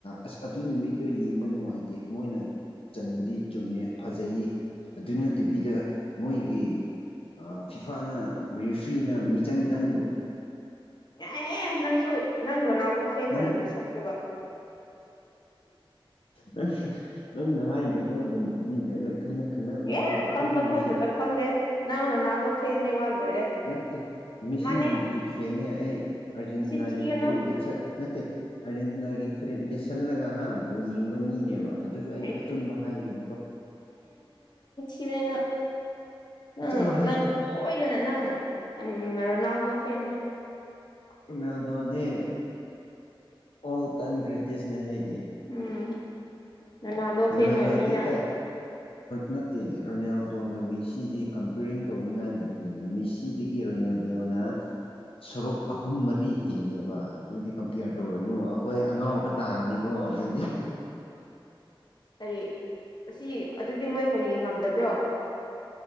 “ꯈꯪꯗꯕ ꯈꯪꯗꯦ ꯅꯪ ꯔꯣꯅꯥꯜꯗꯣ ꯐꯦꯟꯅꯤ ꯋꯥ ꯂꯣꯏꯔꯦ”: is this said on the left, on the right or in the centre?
Left